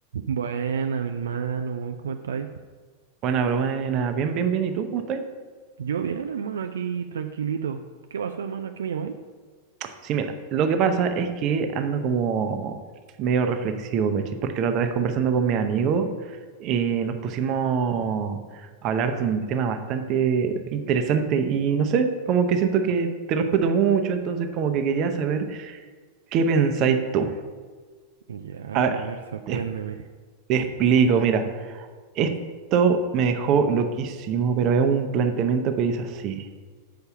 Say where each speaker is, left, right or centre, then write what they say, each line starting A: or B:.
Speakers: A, on the right; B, on the right.
A: Buena, mi hermano, buen, ¿cómo estáis?
B: Buena, pero buena, bien, bien, bien. ¿Y tú cómo estás?
A: Yo bien, hermano, aquí tranquilito. ¿Qué pasó, hermano? ¿A ¿Qué me llamáis?
B: Sí, mira, lo que pasa es que ando como medio reflexivo, ¿cachai? Porque la otra vez conversando con mi amigo, eh, nos pusimos a hablar de un tema bastante interesante y no sé, como que siento que te respeto mucho, entonces como que quería saber qué pensáis tú.
A: Ya,
B: A ver,
A: a ver, sorpréndeme.
B: te, te explico, mira, esto me dejó loquísimo, pero es un planteamiento que dice así.